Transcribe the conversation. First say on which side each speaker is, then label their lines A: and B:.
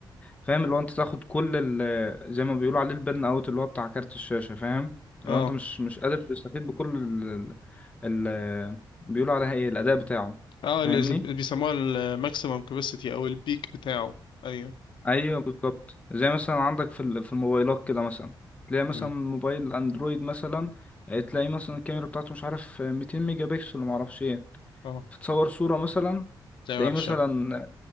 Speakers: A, on the left; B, on the left.
A: فاهم اللي هو انت تاخد كل ال- زي ما بيقولوا عليه البرن اوت اللي هو بتاع كارت الشاشة فاهم
B: اه
A: اللي هو انت مش مش قادر تستفيد بكل ال بيقولوا عليها ايه الاداء بتاعه
B: اه
A: فاهمني
B: اللي اسم- بيسموها الماكسيمم كاباسيتي او البيك بتاعه ايوه
A: ايوه بالظبط زي مثلا عندك في ال- في الموبايلات كده مثلا تلاقي مثلا
B: امم
A: موبايل اندرويد مثلا آه، تلاقي مثلا الكاميرا بتاعته مش عارف آه، 200 ميجا بكسل وما اعرفش ايه
B: اه
A: تصور صوره مثلا
B: ده
A: تلاقيه
B: وحشه
A: مثلا